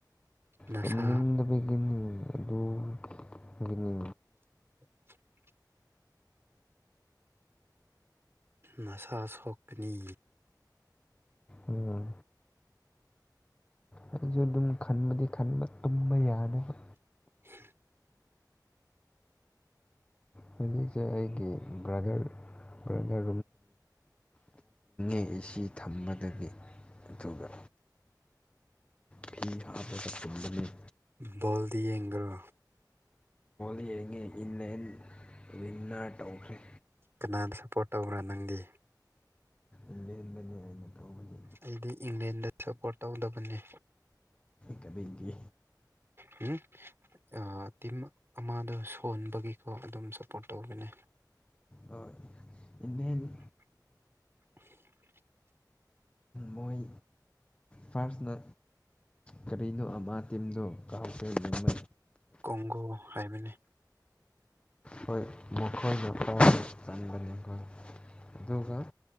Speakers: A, on the right; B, on the left.
A: ꯅꯁꯥ
B: ꯇꯨꯝꯅꯤꯡꯗꯕꯒꯤꯅꯤ ꯑꯗꯨꯒꯤꯅꯤ
A: <unintelligible> ꯅꯁꯥ ꯁꫭꯛꯀꯅꯤ
B: ꯎꯝ ꯑꯩꯁꯨ ꯑꯗꯨꯝ ꯈꯟꯕꯗꯤ ꯈꯟꯕ ꯇꯨꯝꯕ ꯌꯥꯗꯕ
A: <unintelligible>
B: ꯍꯧꯖꯤꯛꯁꯦ ꯑꯩꯒꯤ ꯕ꯭ꯔꯗꯔ ꯕ꯭ꯔꯗꯔ ꯑ‌ꯦ ꯑ‍ꯦ ꯁꯤ ꯊꯝꯕ ꯑꯗꯨꯒꯤ ꯑꯗꯨꯒ ꯐꯤ ꯍꯥꯞꯄꯗ ꯇꯨꯝꯕꯅ‌ꯦ
A: ꯕꫭꯜꯗꯤ ꯌ‌ꯦꯡꯗ꯭ꯔꯣ
B: ꯆ‌ꯦꯡꯉ‌ꯦ ꯏꯅ‌ꯦꯟ ꯋꯤꯟꯅꯔ ꯇꯧꯈ꯭ꯔꯦ
A: ꯀꯅꯥꯗ ꯁꯞꯄꯣꯠ ꯇꯧꯕ꯭ꯔꯥ ꯅꯪꯗꯤ
B: ꯏꯪꯂꯦꯟꯗꯅꯦ ꯑꯩꯅ ꯇꯧꯕꯗꯤ
A: ꯑꯩꯗꯤ ꯏꯪꯂꯦꯟꯗ ꯁꯄꯣꯔꯠ ꯇꯧꯗꯕꯅꯤ
B: ꯀꯥꯔꯤꯒꯤ
A: ꯍꯨꯝ ꯑ ꯇꯤꯝ ꯑꯃꯗꯣ ꯁꯣꯟꯕꯒꯤꯀꯣ ꯑꯗꯨꯝ ꯁꯞꯄꯣꫪꯠ ꯇꯧꯕꯅ‌ꯦ
B: ꯑ ꯏꯅꯦꯟ
A: <unintelligible>
B: ꯃꯣꯏ ꯐꯥꯔꯁꯅ ꯀꯔꯤꯅꯣ ꯑꯃ ꯇꯤꯝꯗꯣ ꯀꯥꯎꯈꯔ‌ꯦ
A: ꯀꯣꯡꯒꯣ ꯍꯥꯏꯕꯅꯦ
B: ꯍꯣꯏ ꯃꯈꯣꯏꯅ ꯄꯥꯏ ꯆꯟꯕꯅꯤꯀꫭ ꯑꯗꯨꯒ